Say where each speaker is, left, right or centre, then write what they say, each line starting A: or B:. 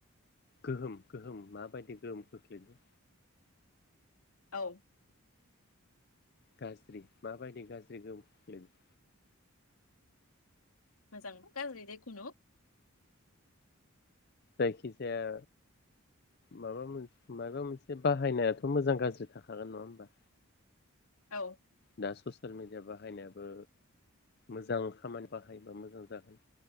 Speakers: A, on the left (about 45°); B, on the left (about 80°).
A: गोहोम गोहोम माबायदि गोहोम खोख्लैदो
B: औ
A: गाज्रि माबायदि गाज्रि खोख्लोयदों
B: मोजांबा गाज्रि जिखुनु
A: जायखिजाया माबा मोनसे माबा मोनसे बाहायनायाथ मोजां गाज्रि थाखागोन नङा होमबा
B: औ
A: दा ससियेल मेडिया बाहायनायाबो मोजां खामानि बाहायोबा मोजां जागोन।